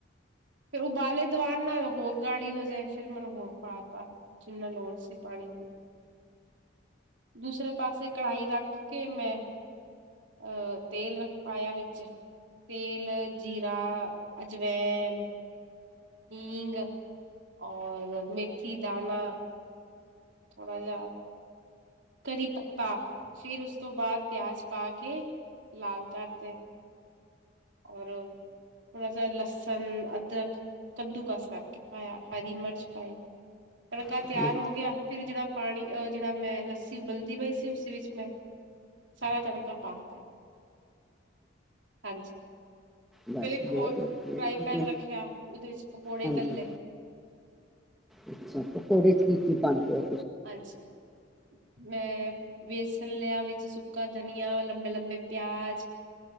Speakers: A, on the right; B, in the centre.
A: ਫਿਰ ਉਬਾਲੇ ਦੀਵਾਨ ਨਾਲ ਹੋਰ ਗਾੜੀ ਹੋ ਜਾਏ ਫਿਰ ਮੈਂ ਹੋਰ ਪਾ ਤਾ, ਜਿੰਨਾ ਲੋੜ ਸੀ ਪਾਣੀ ਦੀ। ਦੂਸਰੇ ਪਾਸੇ ਕੜਾਈ ਰੱਖ ਠੀਕ ਏ, ਮੈਂ ਅਹ ਤੇਲ ਰੱਖ ਪਾਇਆ ਵਿੱਚ ਤੇਲ, ਜੀਰਾ, ਅਜਵੈਨ ਹੀਂਗ ਔਰ ਮੇੱਥੀ-ਦਾਣਾ ਥੋੜ੍ਹਾ ਜਿਹਾ, ਕੜੀ ਪੱਤਾ ਫਿਰ ਉਸ ਤੋਂ ਬਾਅਦ ਪਿਆਜ ਪਾ ਕੇ ਲਾਲ ਕਰਤੇ। ਔਰ ਥੋੜਾ ਜੇ ਲਸਣ, ਅਦਰਕ ਕੱਦੂ-ਕਸ ਕਰਕੇ ਪਾਇਆ, ਹਰੀ ਮਿਰਚ ਪਾਈ, ਤੜਕਾ
B: ਹੂੰ
A: ਤਿਆਰ ਹੋ ਗਿਆ, ਫਿਰ ਜਿਹੜਾ ਪਾਣੀ ਅਹ ਜਿਹੜਾ ਮੈਂ ਲੱਸੀ ਉਬਲਦੀ ਪਈ ਸੀ ਉਸੇ ਵਿੱਚ ਮੈਂ ਸਾਰਾ ਤੜਕਾ ਪਾਤਾ, ਹਾਂਜੀ।
B: ਬਸ
A: ਫਿਰ ਇੱਕ ਹੋਰ
B: ਬਹੁਤ ਵਧੀਆ
A: ਫਰਾਈ ਪੈਨ
B: <unintelligible>
A: ਰੱਖਿਆ ਉਹਦੇ ਵਿੱਚ ਪਕੌੜੇ
B: ਹਾਂਜੀ,
A: ਤੱਲੇ
B: ਅੱਛਾ ਪਕੌੜੇ ਠੀਕ ਕੀ ਪਾਉਂਦੇ ਔ।
A: ਹਾਂਜੀ, ਮੈਂ ਬੇਸਣ ਲਿਆ ਵਿੱਚ ਸੁੱਕਾ ਧਨੀਆ, ਲੰਬੇ-ਲੰਬੇ ਪਿਆਜ